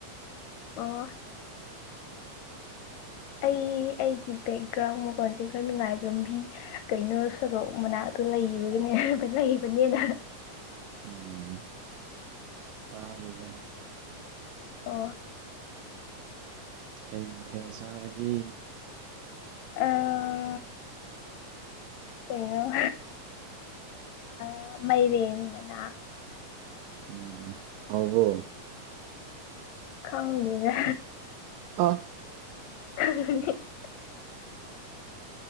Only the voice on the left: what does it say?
ꯑꯣ
ꯑꯩ ꯑꯩꯒꯤ ꯕꯦꯛꯒ꯭ꯔꯥꯎꯟ ꯃꯈꯣꯟꯁꯦ ꯈꯔ ꯅꯨꯡꯉꯥꯏꯔꯝꯕꯤ ꯀꯩꯅꯣ ꯁꯣꯔꯣꯛ ꯃꯅꯥꯛꯇ ꯂꯩꯕꯒꯤꯅꯦ ꯀꯥ ꯂꯩꯕꯅꯦꯅ
ꯑꯣ
ꯑꯥ ꯀꯩꯅꯣ ꯑꯥ ꯃꯥꯏꯔꯦꯟ ꯃꯅꯥ
ꯈꯪꯗꯦꯗ
<unintelligible>